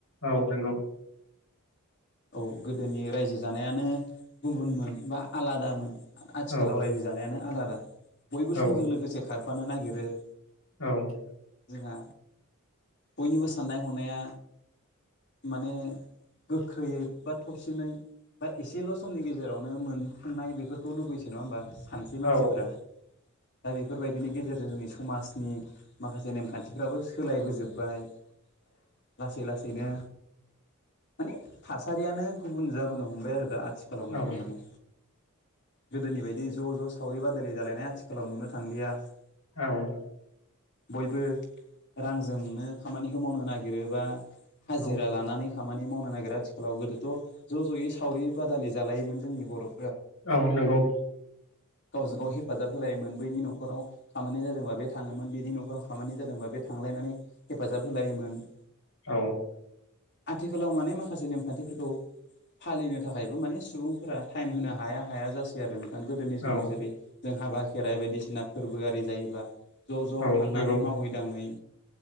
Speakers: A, on the left; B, on the left.
A: औ नोंगौ ।
B: औ गोदोनि रायजो जानायानो गुबुनमोन बा आलादामोन । आ-आथिखालाव
A: औ
B: रायजो जानायानो आलादा बयबो
A: औ
B: समजों लोगोसे खारफानो नागिरो ।
A: औ ।
B: जोंहा बयनिबो साननाय हनाया माने गोख्रैयै बा थबसिनै बा एसेल' समनि गेजेरावनो मोनफुंनाय बेफोरखौ लुबैसै नङा होमबा? सानसै मानसिफोरा
A: औ
B: दा बेफोरबायदिनि गेजेरजों जोंनि समाजनि माखासे नेमखान्थिफ्राबो सोलाय बोजोब्बाय । लासै लासैनो माने थासारियानो गुबुन जाबोनो हमबाय आरो दा आथिखालाव नोंथां
A: औ
B: माने गोदोनि बायदि ज' ज' सावरि बादालि जालायनाय आथिखालाव नुनो थांलिया ।
A: औ ।
B: बयबो रांजोंनो खामानिखौ मावनो नागिरोबा हाजिरा
A: औ
B: लानानै खामानि मावनो नागिरो आथिखालाव, गोदोथ' ज' ज'यै सावरि बादालि जालायोमोन जोंनि बर'
A: औ नोंगौ ।
B: <inaudible> गावजों गाव हेफाजाब होलायोमोन बैनि न'खराव खामानि जादोंबा बे थाङोमोन बेनि न'खराव खामानि जादोंबा बे थांलाय नानै हेफाजाब होलायोमोन ।
A: औ ।
B: आथिखालाव माने माखासे नेम खान्थिफोरखौ फालिनो थाखायबो माने सुबुंफोरा टाइम होनो हाया हाया जासै आरो । गोदोनि समाव
A: औ
B: जेरै जों हाबा खेराइ बायदिसिना फोरबो आरि जायोब्ला ज' ज'
A: औ
B: थांनानै
A: नंगौ
B: मावै दाङै